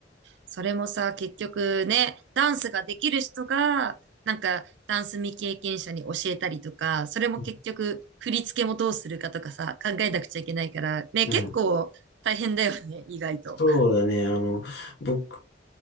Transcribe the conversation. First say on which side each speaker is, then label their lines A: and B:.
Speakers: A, on the right (about 70°); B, on the left (about 60°).
A: それもさ、結局ね、ダンスができる人が、なんか、ダンス未経験者に教えたりとか、それも結局、
B: うん。
A: 振り付けもどうするかとかさ、考えなくちゃいけないから、ね、
B: うん
A: 結構大変だよね、意外と。
B: そうだね。あの、僕